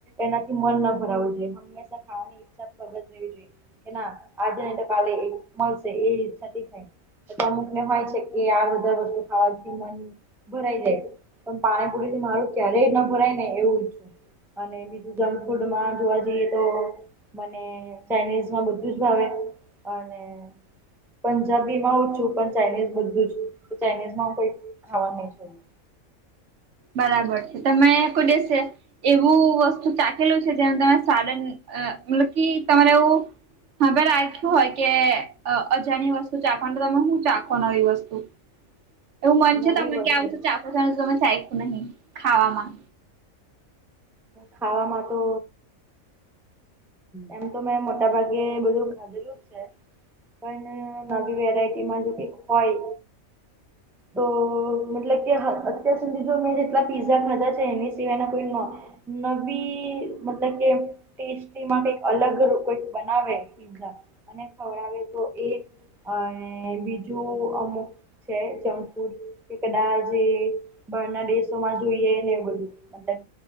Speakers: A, in the centre; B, on the right (about 65°).
A: એનાથી મન ના ભરાવવું જોઈએ હંમેશા ખાવાની ઈચ્છા જોઈએ કે ના આજે નહી તો કાલે એ મળશે એવી ઈચ્છા બી થાય. અમુક ને હોય છે કે આ બધા વસ્તુ ખાવાથી મન ભરાઈ જાય પણ પાણીપુરી થી મારું ક્યારેય ન ભરાય ને એવું ઈચ્છું અને બીજુ જંક ફૂડમાં જોવા જઈએ તો મને ચાાઈનીઝ માં બધું જ ભાવે અને પંજાબી માં ઓછુ પણ ચાઇનીઝ બધું જ ચાઇનીઝ માં હું કઈ ખાવાનું નહી છોડતી.
B: બરાબર છે તમે કોઈ દિવસે એવું વસ્તુ ચાખેલું છે જેમાં તમે સાડન મતલબ કે તમારે એવુ રાખ્યું હોય કે અજાની વસ્તુ ચાખવાનું તમે શું ચાખો નવી વસ્તુ? એવુ મન
A: નવી
B: છે તમને
A: વસ્તુ
B: કે આવું ચાખવું છે પણ ચાખ્યુ નહીં ખાવામાં?
A: ખાવામાં તો એમ તો મે મોટાભાગે બધું ખાધેલુ જ છે. પણ નવી વેરાયટીમાં જો કઈક હોય તો મતલબ કે અત્યાર સુધી જો મે જેટલા પિઝ્ઝા ખાધા છે એની સિવાયના કોઈ નવી મતલબ કે ટેસ્ટીમાં કઈક અલગ કઈક બનાવે પિઝ્ઝા અને ખવડાવે તો એ અને બીજુ અમુક છે જંક ફૂડ કે કદાચ બહારના દેશોમાં જોઈએ ને એ બધુ. મતલબ